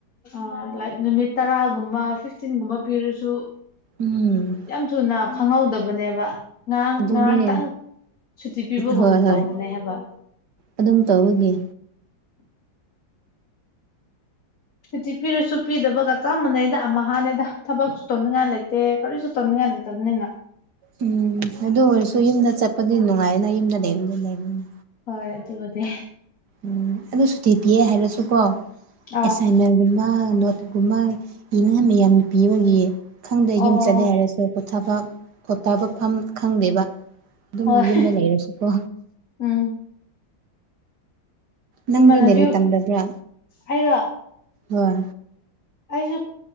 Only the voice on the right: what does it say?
ꯎꯝ
ꯑꯗꯨꯅꯦ
ꯍꯣꯏ ꯍꯣꯏ
ꯑꯗꯨꯝ ꯇꯧꯕꯒꯤ
ꯎꯝ ꯑꯗꯨ ꯑꯣꯏꯔꯁꯨ ꯌꯨꯝꯗ ꯆꯠꯄꯗꯤ ꯅꯨꯡꯉꯥꯏꯌꯦꯅ ꯌꯨꯝꯗ ꯂꯩꯕꯅꯦ ꯂꯩꯕꯅꯦ꯫
ꯎꯝ ꯑꯗꯨ ꯁꯨꯇꯤ ꯄꯤꯌꯦ ꯍꯥꯏꯔꯁꯨꯀꯣ
ꯑꯦꯁꯥꯏꯟꯃꯦꯟꯒꯨꯝꯕ ꯅꯣꯠ ꯒꯨꯝꯕ ꯏꯅ ꯃꯥꯌꯥꯝ ꯄꯤꯕꯒꯤ ꯈꯪꯗꯦ
ꯌꯨꯝ ꯆꯠꯂꯦ ꯍꯥꯏꯔꯁꯨ ꯄꯣꯊꯥꯕꯝ ꯄꯣꯊꯥꯕ ꯐꯝ ꯈꯪꯗꯦꯕ ꯑꯗꯨꯝ
ꯌꯨꯝꯗ ꯂꯩꯔꯁꯨꯀꯣ
ꯅꯪꯗꯤ
ꯂꯥꯔꯤꯛ ꯇꯝꯗꯕ꯭ꯔꯥ
ꯍꯣꯏ